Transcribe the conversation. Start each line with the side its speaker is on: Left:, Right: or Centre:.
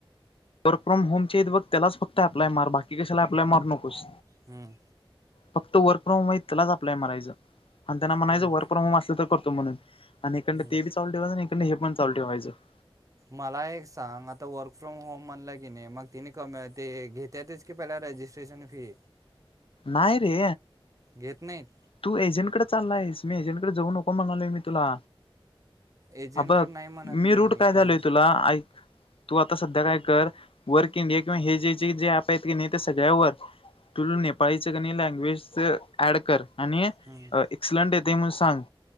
Left: वर्क फ्रॉम होमचे त बघ त्यालाच फक्त अप्लाय मार बाकी कशाला अप्लाय मारु नकोस.
Right: हम्म
Left: फक्त वर्क फ्रॉम माहिती लाच आप्लाय मारायचं आणि त्यांना म्हणायचं
Right: हम्म
Left: वर्क प्रॉम अस तर करतो म्हण आणि इकडन
Right: हम्म
Left: ते बी चालू ठेवायच आणि हिकडल हे पण चालू ठेवायचं.
Right: मला एक सांग आता वर्क फ्रॉम होम म्हणलं की नी मग तिने क - ते घेत. त्यात च की पहिला रजिस्ट्रेशन फी
Left: नाय रे.
Right: घेत नाहीत.
Left: तू एजंट कड चालायस मी एजंटकड जाऊ नको म्हनालोय मी तुला
Right: एजंटकडे
Left: आता
Right: नाही म्हणत
Left: मी रूट काय
Right: कम
Left: झालोय तुला ऐक तू आता सध्या काय कर वर्क इंडिया किंवा हे जे जी जे अॕप आहेत की नाही ते सगळ्यावर तुझ नेपाळीचं का नाही लॅग्वेजस ॲड कर. आणि
Right: हम्म
Left: अ एक्सलंट येते म्हन सांग